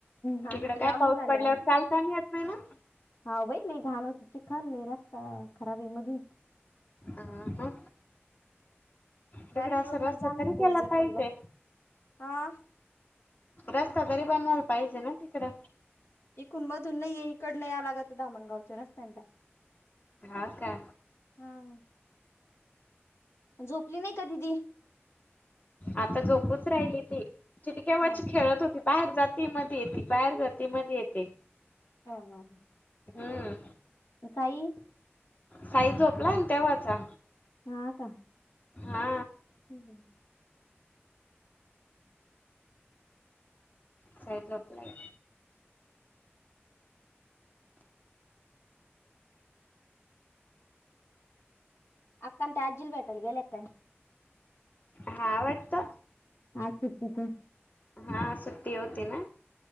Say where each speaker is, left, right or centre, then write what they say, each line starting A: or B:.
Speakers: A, on the left; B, on the left.
A: हा
B: तिकड
A: ना लावून
B: काय पाऊस
A: झाल्यावर.
B: पडल्यावर चाल ताहि येत नाही ना.
A: हा वई लय घाणं होतय, चिखल लय रस्ता खराब आहे मधून.
B: अहं ह तिकडे
A: डायरेक्ट
B: असा
A: रोड
B: रस्ता
A: न जाणं
B: तरी
A: आहे पाऊस
B: केला
A: जर
B: पाहिजे
A: पडला तर. हा
B: रस्ता तरी बनवायला पाहिजे ना तिकडं
A: इकून मधून नाहीय इकडन यावं लागत धामणगावच्या रस्त्यान त्या
B: हा का?
A: हा झोपली नाही का दीदी
B: आता झोपूच राहिली ती तिथ केव्हाची
A: हा
B: खेळत होती बाहेर जात. मधी येती बाहेर जाती मधी येते.
A: हा हा.
B: हम्म.
A: अ काही
B: साई झोपलाय न तेव्हाचा
A: हा का?
B: हा
A: हम्म
B: साई झोपलाय
A: अक्का न त्या आजीला भेटायला गेल्या काय
B: हा वाटत
A: आज सुट्टी का
B: हा सुट्टी होती ना